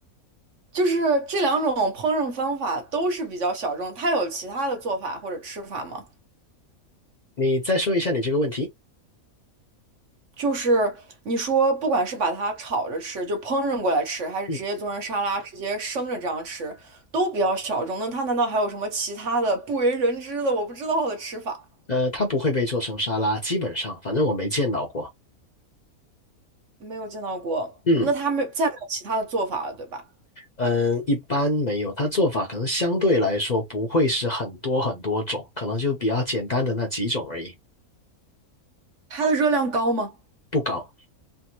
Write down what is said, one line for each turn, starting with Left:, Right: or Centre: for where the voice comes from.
Right: 就是这两种烹饪方法都是比较小众。它有其他的做法或者吃法吗？
Left: 你再说一下你这个问题。
Right: 就是你说，不管是把它炒着吃，就烹饪过来吃，还是直接做成沙拉，
Left: 嗯。
Right: 直接生着这样吃，都比较小众。那它难道还有什么其他的不为人知的、我不知道的吃法？
Left: 呃，它不会被做成沙拉，基本上，反正我没见到过。
Right: 没有见到过。
Left: 嗯
Right: 那它没再没有其他的做法了，对吧？
Left: 嗯，一般没有，它做法可能相对来说不会是很多很多种，可能就比较简单的那几种而已，
Right: 它的热量高吗？
Left: 不高。